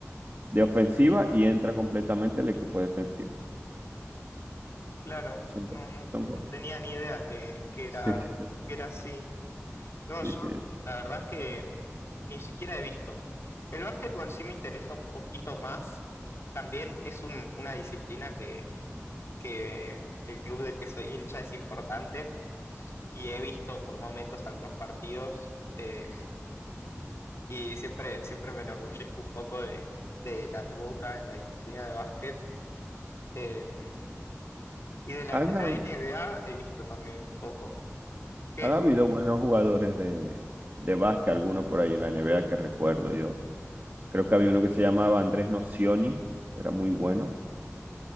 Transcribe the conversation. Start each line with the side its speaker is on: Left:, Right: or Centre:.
Right: de ofensiva y entra completamente el equipo defensivo.
Left: Claro,
Right: Son,
Left: no, no,
Right: son co-
Left: no tenía ni idea que, que
Right: sí,
Left: era,
Right: sí,
Left: que era así. No,
Right: sí,
Left: yo
Right: sí.
Left: la verdad que ni siquiera he visto. El básquetbol sí me interesa un poquito más. También es un- una disciplina que, que el club del que soy hincha es importante y he visto por momentos algunos partidos eh, y siempre, siempre me enorgullezco un poco de, de la Boca en la disciplina de básquet. eh, y de la,
Right: Han,
Left: de la NBA he visto también un poco. ¿Qué?
Right: han habido buenos jugadores de, de básquet, algunos por ahí en la NBA que recuerdo yo. Creo que había uno que se llamaba Andrés Nocioni, que era muy bueno.